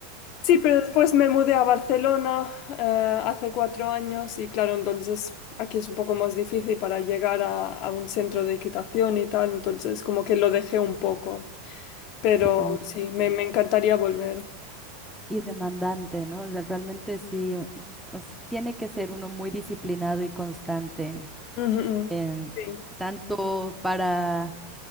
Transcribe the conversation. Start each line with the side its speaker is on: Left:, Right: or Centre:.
Left: Sí, pero después me mudé a Barcelona eh, hace cuatro años y claro, entonces aquí es un poco más difícil para llegar a, a un centro de equitación y tal, entonces como que lo dejé un poco, pero
Centre: Sí.
Left: sí, me, me encantaría volver.
Centre: Y demandante, ¿no? O sea, realmente sí, o- o s- tiene que ser uno muy disciplinado y constante
Left: Ujú, ujú.
Centre: en
Left: Sí.
Centre: tanto para